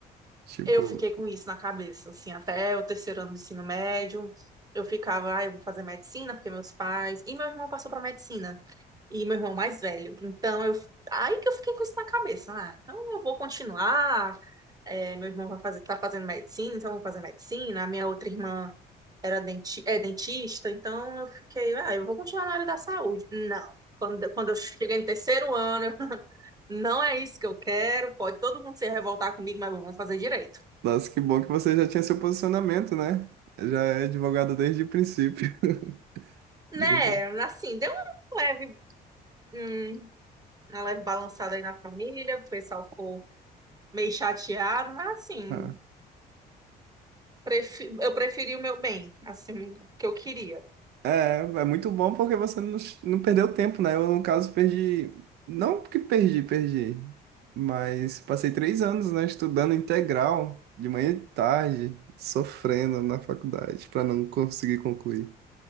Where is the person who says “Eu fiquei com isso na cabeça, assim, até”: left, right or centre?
Right